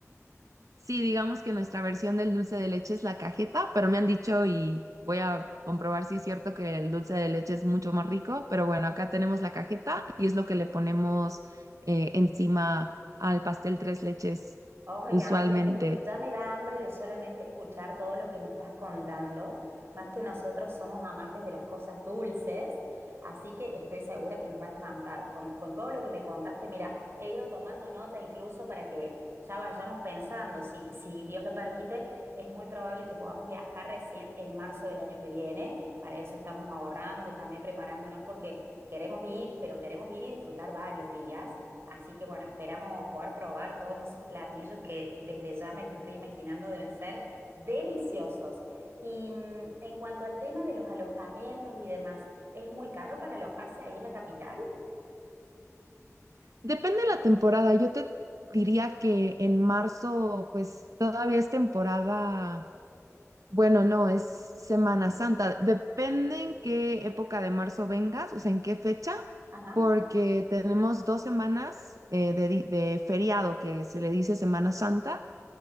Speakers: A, on the right; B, on the right.
A: Sí, digamos que nuestra versión del dulce de leche es la cajeta, pero me han dicho y voy a comprobar si es cierto que el dulce de leche es mucho más rico, pero bueno, acá tenemos la cajeta y es lo que le ponemos eh, encima al pastel tres leches
B: Oye,
A: usualmente.
B: amiga, te juro, ya me da hambre de solamente escuchar todo lo que me estás contando, más que nosotros somos amantes de las cosas dulces, así que estoy segura que nos va a encantar. Con, con todo lo que me contaste, mira, he ido tomando nota incluso para que ya vayamos pensando, si, si Dios lo permite, es muy probable que podamos viajar recién en marzo del año que viene, para eso estamos ahorrando, también preparándonos porque queremos ir, pero queremos ir y disfrutar varios días. Así que bueno, esperamos poder probar todos esos platillos que desde ya me los estoy imaginando deben ser deliciosos. Y mm, en cuanto al tema de los alojamientos y demás, ¿es muy caro para alojarse ahí en la capital?
A: Depende de la temporada, yo te diría que en marzo pues todavía es temporada Bueno, no, es Semana Santa. Depende en qué época de marzo vengas, o sea, en qué fecha,
B: Ajá.
A: porque tenemos dos semanas eh, de, di- de feriado que se le dice Semana Santa